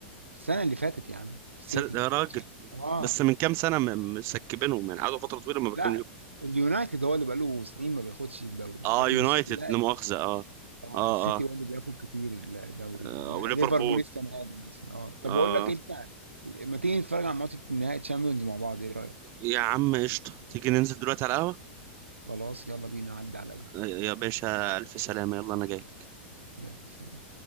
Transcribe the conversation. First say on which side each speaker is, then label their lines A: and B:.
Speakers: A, on the right; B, on the right.
A: السنه اللي فاتت يا عم سيتي
B: سنة يا راجل
A: اه
B: بس من كام سنه م- مسكبينهم يعني قعدوا فتره طويله ما بيخ-
A: لا اليونايتد هو اللي بقاله سنين ما بياخدش الدوري
B: اه
A: لكن
B: يونايتد
A: السيتي لا
B: لا مؤاخذة اه
A: اه
B: اه
A: السيتي
B: اه,
A: هو اللي بياخد كتير الدوري
B: آه
A: ليفربول
B: وليفربول
A: السنه دي مثلا اه طب
B: اه
A: اقول لك انت ما تيجي نتفرج على ماتش نهائي تشامبيونز مع بعض ايه رايك
B: يا عم قشطة تيجي ننزل دلوقتي على القهوة
A: خلاص يلا بينا عدى عليا
B: آه، يا باشا ألف سلامة يلا أنا جاي
A: يلا سلام